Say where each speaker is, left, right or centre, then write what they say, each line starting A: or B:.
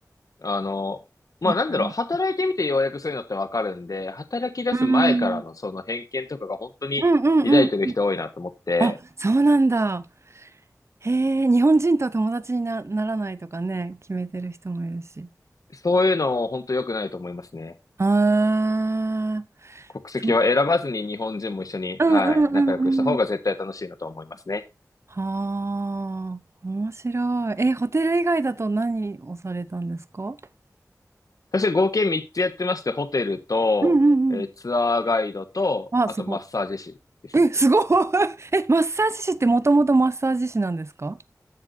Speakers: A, on the left; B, on the right.
A: あの、まあなんだろう、
B: い。いくらね。
A: 働いてみてようやくそういうのってわかるんで、働き出す前からのその偏見とかが本当に抱いてる人多いなと思って、
B: うん、うん、うん、うん。あ、そうなんだ。へえ、日本人とは友達にな、ならないとかね、決めてる人もいるし。
A: そういうの本当良くないと思いますね。
B: ああー、
A: 国籍は選ばずに日本人も一緒に、
B: そう。うん、
A: はい、
B: うん、
A: 仲良くした方が絶対楽しいなと思いますね。
B: うん、うん。はあ、面白い。え、ホテル以外だと何をされたんですか
A: 私合計3つやってまして、ホテルと、
B: うん、うん、
A: えーツアーガイドと、
B: うん。あ、
A: あとマッサージ師ですね。
B: すごい。え、
A: っ
B: すごい。<laughs> え、マッサージ師ってもともとマッサージ師なんですか